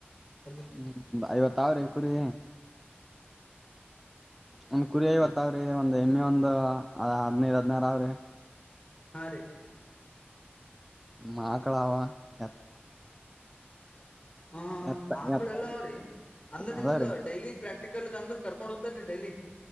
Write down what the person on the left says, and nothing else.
ಅಲ್ಲ
ಹಾ ರೀ
ಹ
ಆಕ್ಳ
ಎಲ್ಲ ಅವ್ರರಿ ಅಂದ್ರ
ನಿಮಗ್ ಡೈಲಿ ಪ್ರಾಕ್ಟಿಕಲ್ ಅಂದ್ರ ಕಕೊಂಡ್ ಹದ್ತಾರೀ ಡೈಲಿ